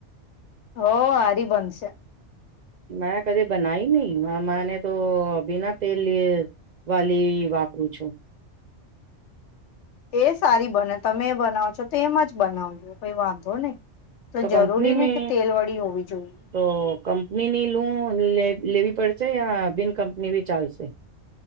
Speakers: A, on the left; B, on the right.
A: હો હારી બંન છે.
B: મે કદી બનાઈ નહી મેને તો બિના તેલ લ વાલી વાપરું છું.
A: એ સારી બને તમે એ બનાવ છો તેમ જ બનાવજો કઈ વાંધો નહી.
B: તો
A: જરૂરી
B: કંપની
A: નહી
B: મે
A: કે તેલ વળી હોવી જોઈએ
B: તો કંપનીની લું. લેવ લેવી પડશે યા બિન કંપની બિ ચાલશે.